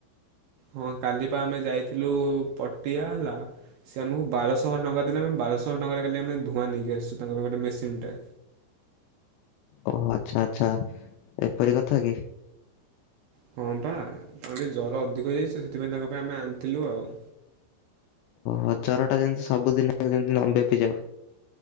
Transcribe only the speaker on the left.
ଓହୋ ଆଚ୍ଛା ଆଚ୍ଛା ଏପରି କଥା କି।
ହଁ ଜରଟା ଯେମିତି ସବୁଦିନ ପାଇଁ ଯେମିତି ନବ୍ୟାପି ଯାଉ।